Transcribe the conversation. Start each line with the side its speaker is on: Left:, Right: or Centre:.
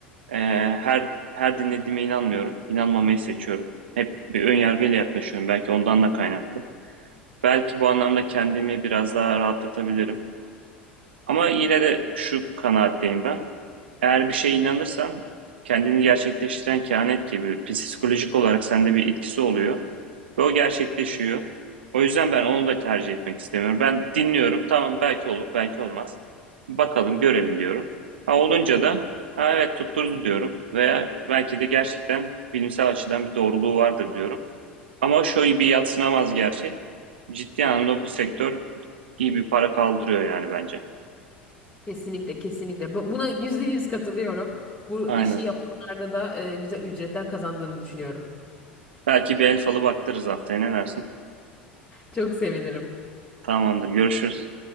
Right: E, her her dinlediğime inanmıyorum. İnanmamayı seçiyorum. Hep bir ön yargıyla yaklaşıyorum. Belki ondan da kaynaklı. Belki bu anlamda kendimi biraz daha rahatlatabilirim. Ama yine de şu kanaatteyim ben. Eğer bir şeye inanırsan kendini gerçekleştiren kehanet gibi psikolojik olarak sende bir etkisi oluyor ve o gerçekleşiyor. O yüzden ben onu da tercih etmek istemiyorum. Ben dinliyorum. Tamam belki olur, belki olmaz. Bakalım, görelim diyorum. Ha olunca da ha evet tutturdu diyorum veya belki de gerçekten bilimsel açıdan bir doğruluğu vardır diyorum. Ama şu bir yadsınamaz gerçek. Ciddi anlamda bu sektör iyi bir para kaldırıyor yani bence.
Left: Kesinlikle kesinlikle. Bu- Buna yüzde yüz katılıyorum. Bu
Right: Aynen.
Left: işi yapanlarda da e, güzel ücretler kazandığını düşünüyorum.
Right: Belki bir el falı baktırırız haftaya, ne dersin?
Left: Çok sevinirim.
Right: Tamamdır, görüşürüz.